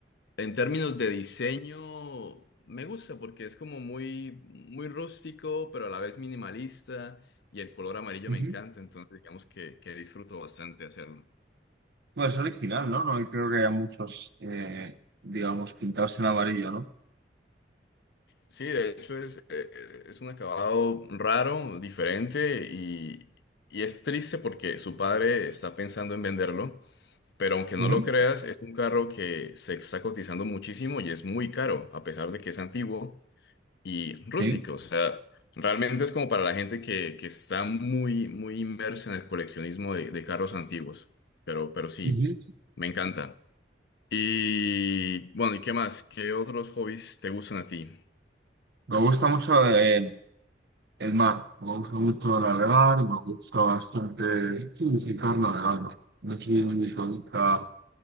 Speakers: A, on the left (about 65°); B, on the right (about 65°).
A: en términos de diseño, me gusta porque es como muy, muy rústico, pero a la vez minimalista y el color amarillo
B: ujú.
A: me encanta, entonces digamos que, que disfruto bastante hacerlo.
B: Bueno, es original, ¿no? No creo que haya muchos, eh, digamos, pintados en amarillo, ¿no?
A: Sí, de hecho es, eh, eh, es un acabado raro, diferente y, y es triste porque su padre está pensando en venderlo, pero aunque no
B: Ujú,
A: lo creas, es un carro que se está cotizando muchísimo y es muy caro, a pesar de que es antiguo. y rústico.
B: Sí.
A: O sea, realmente es como para la gente que, que está muy, muy inmersa en el coleccionismo de, de carros antiguos. Pero, pero sí,
B: ujú.
A: me encanta. Y bueno, ¿y qué más? ¿Qué otros hobbies te gustan a ti?
B: Me gusta mucho eh, El mar, me gusta mucho navegar, me gusta bastante sí, visitar navegando. No sé si te gusta,